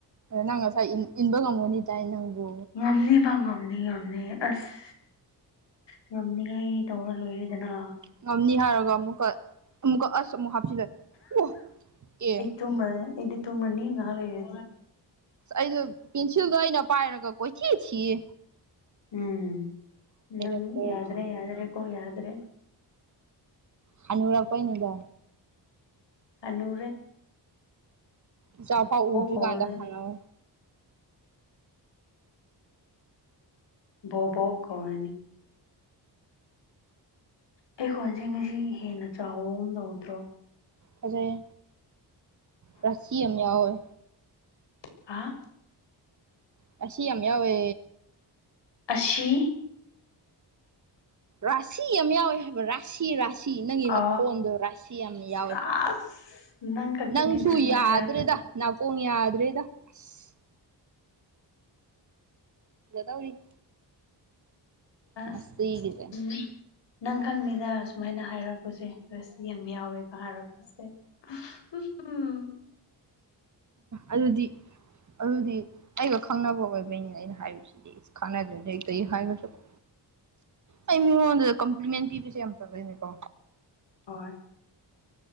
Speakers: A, on the right; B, on the left.
A: ꯅꯪꯁ ꯏ ꯏꯟꯕꯒ ꯀꯝꯒꯣꯟꯗꯥꯏ ꯅꯪꯕꯨ
B: ꯉꯝꯅꯤꯕ ꯉꯝꯅꯤ ꯉꯝꯅꯤ ꯑꯁ ꯉꯝꯅꯤꯉꯥꯏ ꯇꯧꯔ ꯂꯣꯏꯔꯗꯅ
A: ꯉꯝꯅꯤ ꯍꯥꯏꯔꯒ ꯑꯃꯨꯛꯀ ꯑꯃꯨꯛꯀ ꯑꯁ ꯑꯃꯨꯛ ꯍꯥꯞꯆꯤꯜꯂ ꯑꯣ ꯑꯦ
B: ꯇꯣꯡꯕ꯭ꯔ ꯏꯗꯤ ꯇꯣꯡꯕꯅꯤ ꯉꯥ ꯑꯦꯗꯤ
A: ꯑꯩꯗꯣ ꯄꯦꯟꯁꯤꯜꯗꯣ ꯑꯩꯅ ꯄꯥꯏꯔꯒ ꯀꯣꯏꯊꯤ ꯊꯌꯦ
B: ꯎꯝ ꯅꯪ
A: ꯀꯣꯛꯁꯦ
B: ꯌꯥꯗ꯭ꯔꯦ ꯌꯥꯗ꯭ꯔꯦ ꯀꯣ ꯌꯥꯗ꯭ꯔꯦ
A: ꯍꯥꯟꯒꯨꯔ ꯄꯅꯤꯗ
B: ꯀꯅꯦ
A: ꯏꯆꯥ ꯐꯥꯎ ꯎꯗ꯭ꯔꯤꯒꯥꯟꯗ
B: ꯀꯧꯔꯗꯣꯏꯅꯤ
A: ꯈꯟꯅꯧ
B: ꯕꯕꯣ ꯀꯅꯤ ꯑꯩꯈꯣꯟꯁꯤꯡ ꯑꯁꯤ ꯍꯦꯟꯅ ꯆꯥꯎꯕ ꯑꯃ ꯂꯧꯗ꯭ꯔꯣ
A: ꯐꯖꯩ ꯔꯥꯁꯤ ꯌꯥꯝ ꯌꯥꯎꯑꯦ꯫
B: ꯍꯥ꯫
A: ꯔꯥꯁꯤ ꯌꯥꯝ ꯌꯥꯎꯋꯦ꯫
B: ꯑꯁꯤ꯫
A: ꯔꯥꯁꯤ ꯌꯥꯝ ꯌꯥꯎꯋꯦ ꯍꯥꯏꯕ ꯔꯥ ꯥꯁꯤ ꯔꯥꯁꯤ ꯅꯪꯒꯤ
B: ꯑ
A: ꯅꯈꯣꯟꯗꯣ ꯔꯥꯁꯤ ꯌꯥꯝꯅ ꯌꯥꯎꯋꯦ
B: ꯆꯥꯁ
A: ꯍꯥꯏꯕ꯫
B: ꯅꯪ ꯈꯛꯇꯅꯤꯗ
A: ꯅꯪꯁꯨ
B: ꯁꯨꯃꯥꯏꯅ
A: ꯌꯥꯗ꯭ꯔꯦꯗ
B: ꯍꯥꯏꯔꯛꯄꯁꯦ
A: ꯅꯥꯀꯣꯡ ꯌꯥꯗ꯭ꯔꯦꯗ꯫ ꯑꯁ ꯖꯗꯧꯔꯤ꯫
B: ꯑꯁ꯫
A: ꯉꯁꯤꯒꯤꯁꯦ
B: <unintelligible> ꯅꯪ ꯈꯪꯅꯤꯗ ꯁꯨꯃꯥꯏꯅ ꯍꯥꯏꯔꯛꯄꯁꯦ ꯔꯥꯁꯤ ꯌꯥꯝ ꯌꯥꯎꯋꯦꯀ ꯍꯥꯏꯔꯛꯄꯁꯦ꯫ <unintelligible>
A: ꯑꯗꯨꯗꯤ ꯑꯗꯨꯗꯤ ꯑꯩꯒ ꯈꯪꯅꯕ ꯑꯣꯏꯕꯩꯅꯤꯅꯦ ꯑꯩꯅ ꯍꯥꯏꯔꯤꯁꯤꯗꯤ꯫ ꯏꯁ꯫ <inaudible> ꯑꯩ ꯃꯤꯉꯣꯟꯗ ꯀꯝꯄ꯭ꯂꯤꯃꯦꯟ ꯄꯤꯕꯁꯦ ꯌꯥꯝ ꯐꯖꯩꯅꯦꯀꯣ꯫
B: ꯍꯣꯏ